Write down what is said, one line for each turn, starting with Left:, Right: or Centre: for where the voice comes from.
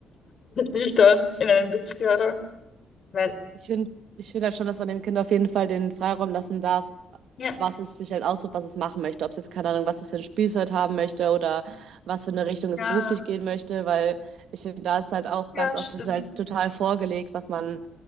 Left: die ich da in einem Witz gehört habe. Weil,
Right: Ich finde, ich finde halt schon, dass man dem Kind auf jeden Fall den Freiraum lassen darf,
Left: ja,
Right: was es sich halt aussucht, was es machen möchte. Ob es jetzt, keine Ahnung, was es für ein Spielzeug haben möchte oder was für eine Richtung es
Left: ja,
Right: beruflich gehen möchte, weil ich finde, da ist halt auch
Left: ja,
Right: ganz oft,
Left: stimmt.
Right: das ist halt total vorgelegt, was man,